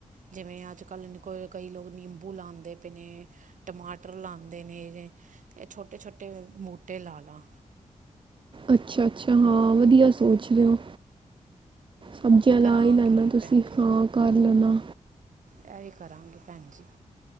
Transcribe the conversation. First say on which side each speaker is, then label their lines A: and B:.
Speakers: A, on the right; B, on the right.
A: ਜਿਵੇਂ ਅੱਜ -ਕੱਲ ਕੋਈ ਕਈ ਲੋਕ ਨਿੰਬੂ ਲਾਉਂਦੇ ਪਏ ਨੇ। ਟਮਾਟਰ ਲਾਂਦੇ ਨੇ, ਇਹ ਛੋਟੇ, ਛੋਟੇ ਬੂਟੇ ਲਾ ਲਾ।
B: ਅੱਛਾ, ਅੱਛਾ ਹਾਂ ਵਧੀਆ ਸੋਚ ਰਹੇ ਓ। ਸਬਜ਼ੀਆਂ
A: ਕਰਾਂਗੀ
B: ਲਾ ਹੀ ਲੈਣਾ ਤੁਸੀਂ
A: ਭੈਣ
B: ਹਾਂ ਕਰ ਲੈਨਾ।
A: ਐਹ ਕਰਾਂਗੇ ਭੈਣ ਜੀ।